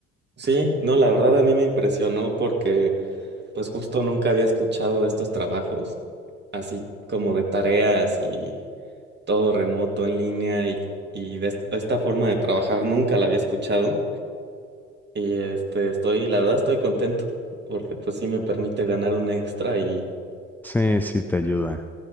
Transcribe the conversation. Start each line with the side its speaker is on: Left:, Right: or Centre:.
Right: Sí, no, la verdad a mí me impresionó porque pues justo nunca había escuchado de estos trabajos, así como de tareas y todo remoto en línea y, y de est- esta forma de trabajar nunca la había escuchado y este estoy, la verdad estoy contento porque pues sí me permite ganar un extra y
Centre: Sí, sí, te ayuda.